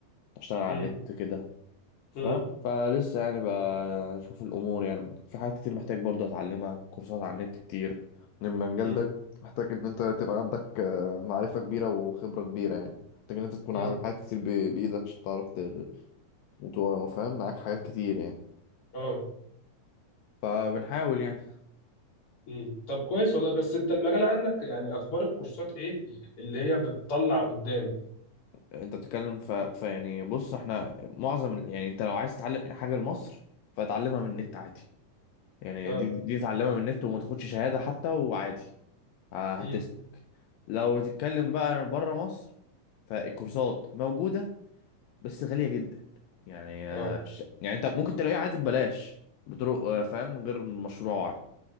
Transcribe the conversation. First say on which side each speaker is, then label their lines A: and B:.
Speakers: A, on the left (about 75°); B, on the left (about 45°).
A: اشتغل على
B: امم
A: النت كده فاهم
B: امم
A: فلسه يعني بشوف الامور يعني في حاجات كتير محتاج برضه اتعلمها كورسات على النت كتير إن المجال
B: امم
A: ده محتاج ان انت تبقى عندك آه، معرفة كبيرة وخبرة كبيرة يعني محتاج ان انت تكون
B: امم
A: عامل حاجات كتير ب- بايدك عشان تعرف ت- وت- وفاهم معاك حاجات كتير يعني
B: اه
A: فبنحاول يعني
B: امم طب كويس والله بس انت المجال عندك يعني اخبار الكورسات ايه اللي هي بتطلع قدام
A: انت بتتكلم ف... فيعني بص احنا معظم ال- يعني انت لو عايز تتعلم حاجه لمصر فتعلمها من النت
B: مم.
A: عادي يعني
B: اه
A: دي دي تعلمها من النت وما تاخدش شهاده حتى وعادي ه- هتسلك
B: امم
A: لو بتتكلم بقى بره مصر فالكورسات موجودة بس غالية جدا يعني آه،
B: اه
A: ش- يعني انت ممكن تلاقيها عادي ببلاش بطرق آه، فاهم غير مشروعة